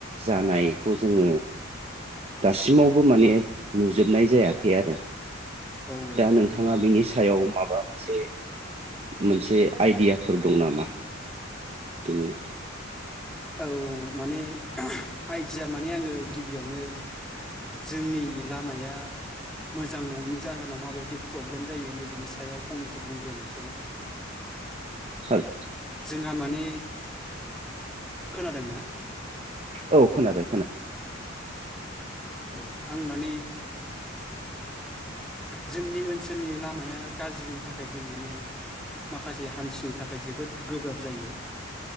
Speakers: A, on the right; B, in the centre.
A: जानायखौ जोङो दासिमावबो माने नुजोबनाय जायाखै आरो
B: औ औ
A: दा
B: नंगौ
A: नोंथाङा बिनि सायाव माबा मोनसे मोन से आइडियाफोर दं नामा बिनि
B: औ माने आइडिया माने आङो गिबियावनो जोंनि लामाया मोजां नङैनि जाहोनाव माबायदि प्रब्लेम जायो नैबनि सायाव फंनैसो बुंग्रोनो
A: हेल
B: आंहा माने खोनादों ना
A: औ खोनाबाय खोना
B: औ आं माने जोंनि ओनसोलनि लामाया गाज्रिनि थाखाय जों माने माखासे हान्थिनो थाखाय जोबोद गोब्राब जायो